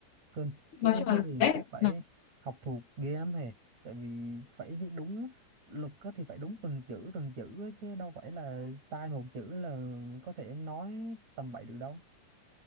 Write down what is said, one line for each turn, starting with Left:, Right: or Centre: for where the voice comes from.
Right: cơn cái
Left: nói
Right: viết
Left: chung
Right: đó
Left: là
Right: thì
Left: đấy
Right: chắc phải
Left: nó-
Right: học thuộc ghê lắm hề tại vì phải đúng luật á thì phải đúng từng chữ từng chữ á, chứ đâu phải là sai một chữ là có thể nói tầm bậy được đâu